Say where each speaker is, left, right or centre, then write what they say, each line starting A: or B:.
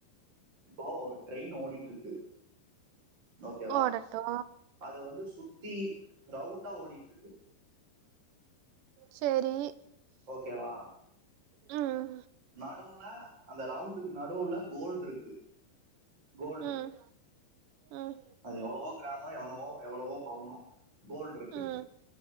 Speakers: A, on the right; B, on the right.
A: இப்போ ஒரு ட்ரெயின் ஓடிட்டு இருக்கு ஓகேவா
B: ஓடட்டு
A: அது வந்து சுத் சுத்தி ரவுண்டா ஓடிட்டுருக்கு
B: செரி
A: ஓகே வா
B: ஹும்
A: நடுவுல அந்த ரவுண்டு நடுவுல கோல்டு இருக்கு கோல்டு
B: ம் ம்
A: அது எவ்வளவோ கிராமம் எவ்வளவோ எவ்வளவோ பவுனோ கோல்டு இருக்கு
B: ம்